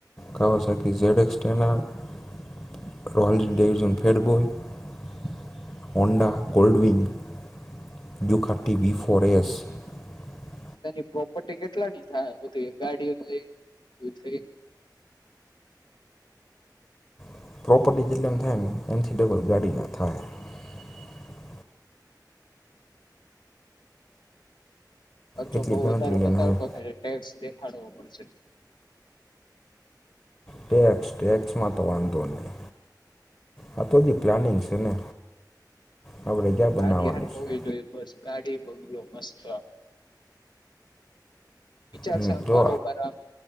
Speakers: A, on the left; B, on the left.
A: Kawasaki Z X ten R <inaudible> <inaudible>
B: એની પ્રોપટી કેટલાની થાય સે બધી ગાડીઓ લય થઈ
A: <unintelligible>
B: ખરચો જો
A: એટલી
B: બો
A: ગણતરી
B: વધારે
A: લઈને
B: બતાવતો
A: આવ્યો
B: ટેક્સ દેખાડવો મળ સે
A: ટેક્સ ટેક્સમાં તો વાંધો નહી આ તો જે પ્લાનિંગ છે ને આપણે ક્યાં બનાવવાનું
B: ગાડી હારી હોવી
A: છે
B: જોઈએ બસ ગાડી બંગલો મસ્ત વિચાર
A: હ
B: છે આમ
A: જો
B: બારોબાર આમ